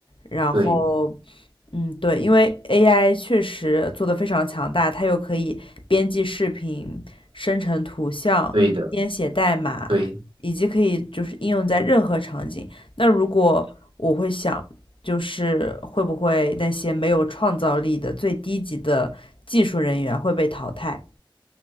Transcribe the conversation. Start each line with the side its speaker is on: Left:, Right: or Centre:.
Left: 然后，
Right: 对，
Left: 嗯，对，因为 AI 确实做得非常强大，它又可以编辑视频、生成图像、
Right: 对的，
Left: 编写代码，
Right: 对，
Left: 以及可以就是应用在任何场景。那如果我会想，就是会不会那些没有创造力的最低级的技术人员会被淘汰？